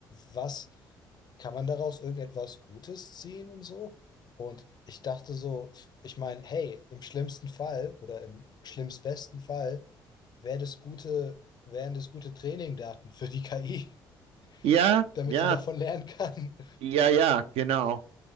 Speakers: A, on the left; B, on the right.
A: was kann man daraus irgendetwas Gutes ziehen und so? Und ich dachte so, ich meine, hey, im schlimmsten Fall oder im schlimmstbesten Fall wäre das gute, wären das gute Trainingdaten für die KI, <laughs>
B: ja,
A: damit
B: ja,
A: die davon lernen kann.
B: ja, ja, genau,